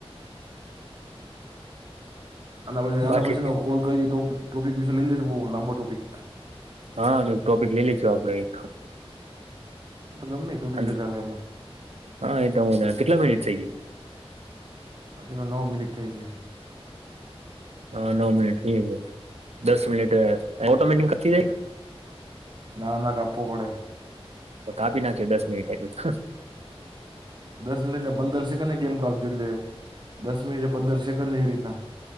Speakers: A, on the right; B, on the right.
A: આના પછી આના
B: બાકી
A: પછી ન કોલ કરીએ તો ટોપિક વિશે લઈ લેેશ બઉ લાંબો ટોપિક
B: હારુ ટોપિક લઈ લેશું આપડે એક
A: ગમે તો બી
B: અને
A: તો ચાલે એમાં
B: હા એ તો હું કેટલા મિનટ થઈ ગઇ
A: હજુતો નવ મિનિટ થઈ છે.
B: હા નવ મિનિટ થઈ છે દસ મિનિટ ઓટોમેટિક કટી જાય.
A: ના ના કાપવું પડે.
B: તો કાપી નાખજો દસ મિનિટ થાય પસી
A: દસ મિનિટને પંદર સેકન્ડ ગેમ કાપજો એટલે દસ મિનિટ પંદર સેકન્ડ એવી રીતના